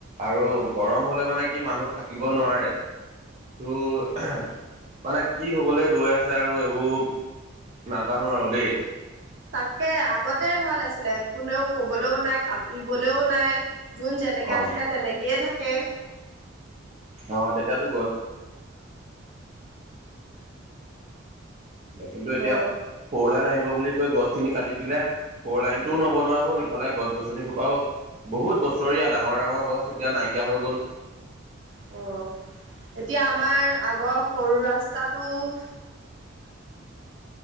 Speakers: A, on the right; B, on the right.
A: আৰু
B: অ'।
A: গৰম হ'লে মানে কি মানুহ থাকিব নোৱাৰে। ত' মানে কি হ'বলৈ গৈ আছে আৰু এইবোৰ। নাজানো আৰু দেই।
B: তাকে আগতে ভাল আছিলে কোনেও ক'বলৈও নাই কাটিবলৈও নাই। যোন যেনেকৈ
A: অ'।
B: আছিলে তেনেকেয়ে থাকে।
A: অ, তেতিয়াতো কিন্তু এতিয়া
B: অ
A: ফৌলাইন আহিব বুলি কৈ গছখিনি কাটি দিলে। ফ' লাইন টোও নবনোৱা হ'ল ইফালে গছ-গছনি খোপাওঁ বহুত বছৰীয়া ডাঙৰ, ডাঙৰ গছ এতিয়া নাইকিয়া হৈ গ'ল।
B: অ'। এতিয়া আমাৰ গছ কাটি আকৌ ৰাস্তা